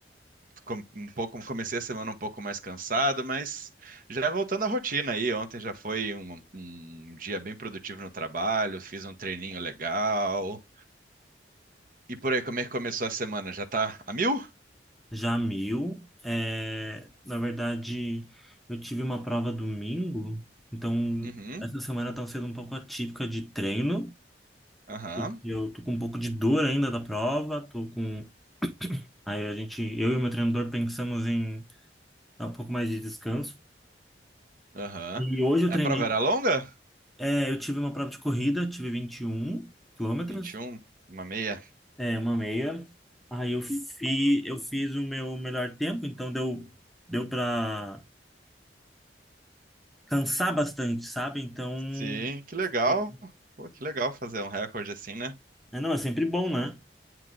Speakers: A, on the right; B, in the centre.
A: com- um pouco, comecei a semana um pouco mais cansado, mas já voltando à rotina aí. Ontem já foi um, um dia bem produtivo no trabalho, fiz um treininho legal. E por aí, como é que começou a semana? Já tá a mil?
B: Jamil. É, na verdade, eu tive uma prova domingo, então
A: Uhum,
B: essa semana tá sendo um pouco atípica de treino.
A: aham,
B: porque Eu tô com um pouco de dor ainda da prova, tô com. Aí a gente, eu e o meu treinador pensamos em dar um pouco mais de descanso.
A: aham.
B: E hoje eu
A: A
B: treinei
A: prova era longa?
B: É, eu tive uma prova de corrida, tive 21 quilômetros,
A: vinte e um uma meia.
B: é, uma meia. Aí eu fi, eu fiz o meu melhor tempo, então deu, deu para cansar bastante, sabe? Então,
A: Sim, que legal.
B: eu-
A: Pô, que legal fazer um recorde assim, né?
B: é, não, é sempre bom, né?